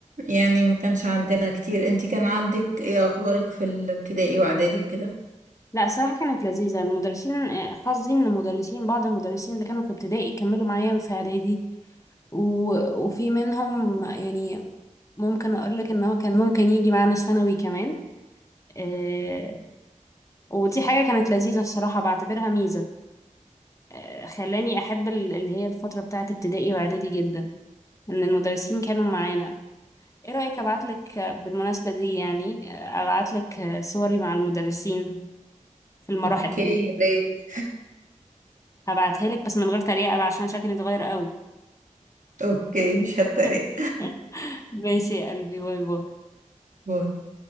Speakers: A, on the right (about 70°); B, on the left (about 25°).
A: يعني ما كانش عندنا كتير انتي كان عندك ايه اخبارك في الابتدائي واعدادي وكده
B: لا صراحه كانت لذيذه المدرسين آه، حظي ان المدرسين بعض المدرسين اللي كانوا في ابتدائي كملوا معايا في اعدادي و... وفي منهم يعني ممكن اقول لك ان هو كان ممكن يجي معانا ثانوي كمان آه، ودي حاجة كانت لذيذة الصراحة بعتبرها ميزة آه، خلاني أحب ال- اللي هي الفترة بتاعة ابتدائي وإعدادي جدا إن المدرسين كانوا معانا إيه رأيك أبعتلك آه، بالمناسبة دي يعني آه، أبعتلك آه، صوري مع المدرسين في المراحل
A: اوكي
B: دي
A: يا ريت
B: هبعتها لك بس من غير تريقة بقى عشان شكلي اتغير قوي
A: اوكي مش هتريق
B: <laughs> ماشي يا قلبي باي باي
A: باي